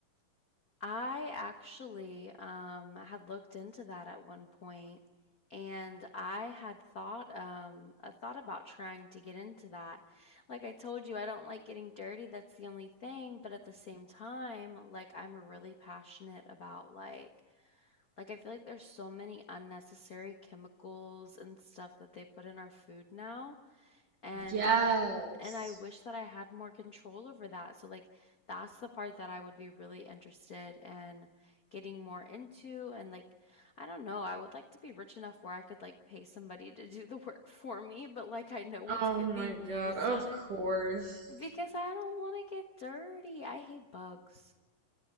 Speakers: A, on the left; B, on the right.
A: I actually um, had looked into that at one point, and I had thought um, I thought about trying to get into that. Like I told you, I don't like getting dirty. That's the only thing. But at the same time, like I'm really passionate about like like I feel like there's so many unnecessary chemicals and stuff that they put in our food now, and
B: yes.
A: and I wish that I had more control over that. So like that's the part that I would be really interested in getting more into and like I don't know, I would like to be rich enough where I could like pay somebody to do the <laughs> work for me, but like I know what's
B: Oh
A: get-
B: my
A: being
B: God,
A: used
B: of
A: on it
B: course.
A: because I don't want to get dirty. I hate bugs.